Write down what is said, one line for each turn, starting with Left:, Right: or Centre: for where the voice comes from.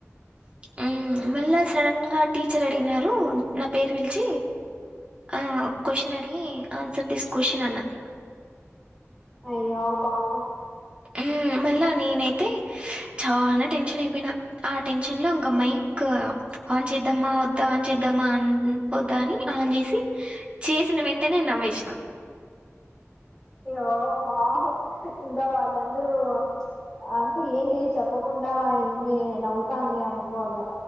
Right: ఊ మళ్ళా సడన్ గా టీచర్ అడిగినారు. నా పేరు పిలిచి ఆ క్వేషన్ అడిగి ఆన్సర్ దిస్ క్వెషన్ అన్నారు.
Left: అయ్యో పాపం
Right: ఊ మళ్ళా నేనైతే చాలా టెన్షన్ అయిపోయిన ఆ టెన్షన్ లో ఇంకా మైక్ ఆన్ చేద్దామా వద్దా ఆన్ చేద్దామా అన్ వద్దా అని ఆన్ చేసి చేసిన వెంటనే నవ్వేసిన
Left: బౌ బా ఇంకా వాళ్ళందరూ అంటే ఏంటి చెప్పకుండా ఏమి నవ్వుతాంది అనుకోవల్ల